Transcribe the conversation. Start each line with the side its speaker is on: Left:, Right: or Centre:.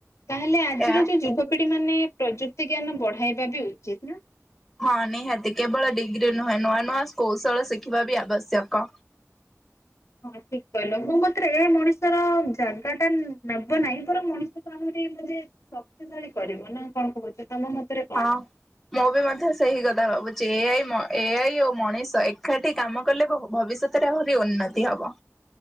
Left: ତାହେଲେ ଆଜିର
Centre: ଏ
Left: ଯୋଉ ଯୁବପିଢି େ ପ୍ରଯୁକ୍ତି <unintelligible> ତି ଜ୍ଞାନ ବଢାଇବା ବି ଉଚିତ ନା।
Centre: ହଁ ନିହାତି କେବଳ ଡିଗ୍ରୀ ନୁହେଁ ନୂଆ ନୂଆ କୌଶଳ ଶିଖିବା ବି ଆବଶ୍ୟକ।
Left: ହଁ ଠିକ କହିଲ ମୁଁ ମତେ ଏ ମଣିଷର ଜାଗା ଟା ନେବ ନାହିଁ ବର ମଣିଷକୁ ଆମରି ବୋେ ଶକ୍ତିଶାଳୀ କରିବ ନା କଣ କହୁଛ ତମ ମତରେ କଣ?
Centre: ହଁ ମୁଁ ବି ମଧ୍ୟ ସେଇ କଥା ଭାବୁଛି। ଏଆଇ ମ ଏଆଇ ଓ ମଣିଷ ଏକାଠି କାମ କଲେ ଭବିଷ୍ୟତରେ ଆହୁରି ଉନ୍ନତି ହବ।